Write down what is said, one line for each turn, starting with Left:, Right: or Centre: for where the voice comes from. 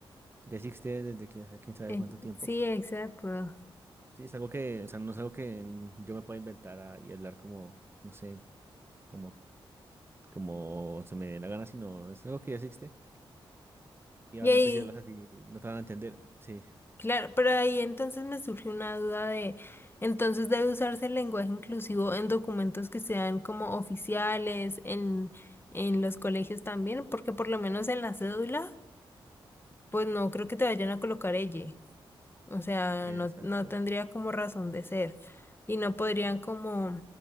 Right: Ya existe desde que hace quién sabe
Left: Eh,
Right: cuánto tiempo.
Left: Sí, exacto.
Right: Sí, es algo que, o sea, no es algo que mm, yo me pueda inventar ah, y hablar como, no sé, como, como se me dé la gana, sino es algo que ya existe. Y obviamente
Left: Y ahí,
Right: si hablas así, no te van a entender. Sí,
Left: claro, pero ahí entonces me surgió una duda de, entonces debe usarse el lenguaje inclusivo en documentos que sean como oficiales, en, en los colegios también, porque por lo menos en la cédula, pues no creo que te vayan a colocar ella. O sea,
Right: exacto.
Left: no, no tendría como razón de ser y no podrían como